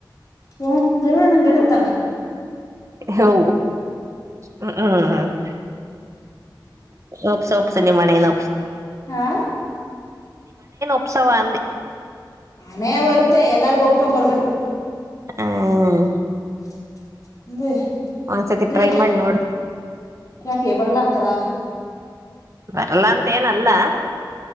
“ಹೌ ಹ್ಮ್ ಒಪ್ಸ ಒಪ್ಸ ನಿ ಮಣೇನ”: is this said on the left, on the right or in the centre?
Right